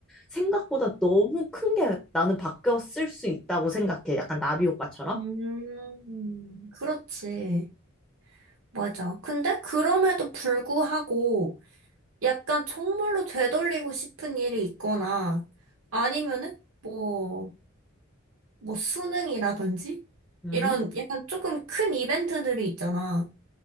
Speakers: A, in the centre; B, on the right.
A: 생각보다 너무 큰 게 나는 바뀌었을 수 있다고 생각해. 약간 나비 효과처럼.
B: 음, 그렇지. 맞아. 근데 그럼에도 불구하고 약간 정말로 되돌리고 싶은 일이 있거나 아니면은 뭐, 뭐 수능이라든지
A: 음.
B: 이런 약간 조금 큰 이벤트들이 있잖아.